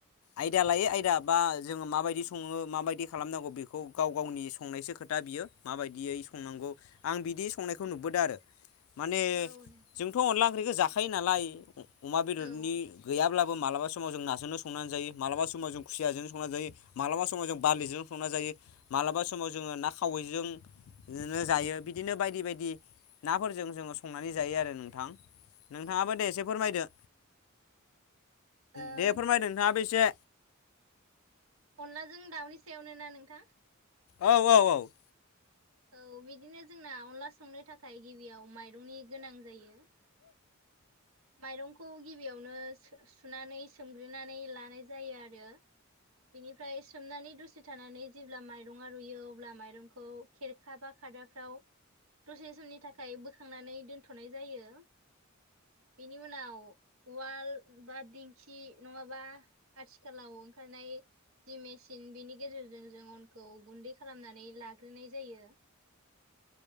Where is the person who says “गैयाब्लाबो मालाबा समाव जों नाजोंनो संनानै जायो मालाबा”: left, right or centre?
Left